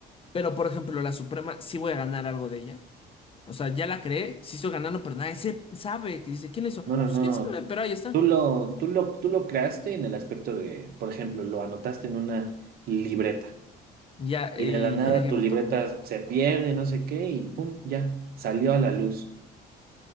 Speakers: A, on the left; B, on the right.
A: Pero, por ejemplo, la Suprema, sí voy a ganar algo de ella. O sea, ya la creé, sí estoy ganando, pero nadie se sabe. Que dice, ¿quién hizo?
B: No, no,
A: Pues
B: no.
A: quién sabe, pero ahí está.
B: Tú lo, tú lo, tú lo creaste en el aspecto de, por ejemplo, lo anotaste en una libreta
A: Ya,
B: y
A: y
B: de la nada
A: ya alguien
B: tu
A: lo
B: libreta
A: tomó.
B: se pierde, no sé qué, y pum, ya, salió a la luz.